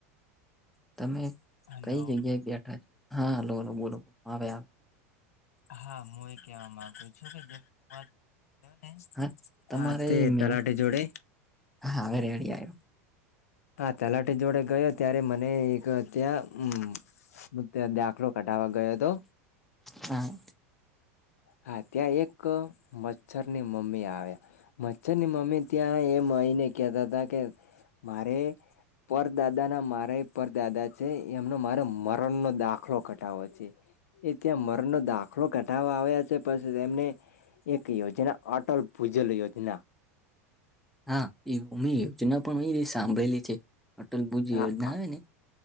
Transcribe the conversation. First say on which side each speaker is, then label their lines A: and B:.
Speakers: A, in the centre; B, on the left.
A: તમે
B: હલો
A: કઈ જગ્યાએ બેઠા છો હા લોલો બોલો બોલો આવે આવે
B: હા હું એ કેહેવા માગુ છું કે જેમ કેને
A: હા તમારે
B: હા તે
A: મેં
B: તલાટી જોડે
A: હા હવે રેડી આવ્યો.
B: હા તલાટી જોડે ગયો ત્યારે મને એક અ ત્યાં હમ હ ત્યા દાખલો કઢાવા ગયો હતો.
A: હા.
B: હા ત્યાં એક મચ્છરની મમ્મી આવ્યા મચ્છર ની મમ્મી ત્યાં એ માયને કેતા હતા કે મારે પરદાદા ના મારે પરદાદા છે એમનો મારે મરણનો કઢાવો છે. એ ત્યાં મરણનો દાખલો ઘઢાવા આવ્યા આસે પાસે એને એક યોજના અટલ ભૂજલ યોજના
A: હા એમી યોજના પણ અ સાંભળેલી છે અટલ ભુજી
B: હા
A: યોજના આવે ને